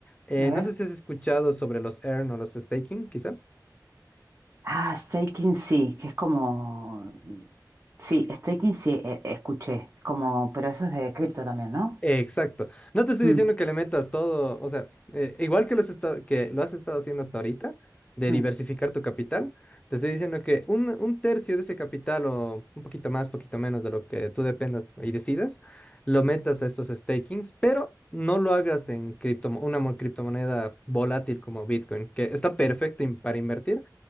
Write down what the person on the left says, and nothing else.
Eh,
no sé si has escuchado sobre los earn o los staking, quizá.
Eh, exacto. No te estoy
diciendo que le metas todo, o sea, eh, igual que, los esta- que lo has estado haciendo hasta ahorita, de
diversificar tu capital, te estoy diciendo que un, un tercio de ese capital o un poquito más, poquito menos de lo que tú dependas y decidas, lo metas a estos stakings, pero no lo hagas en criptomo- una mo- criptomoneda volátil como Bitcoin, que está perfecto in- para invertir,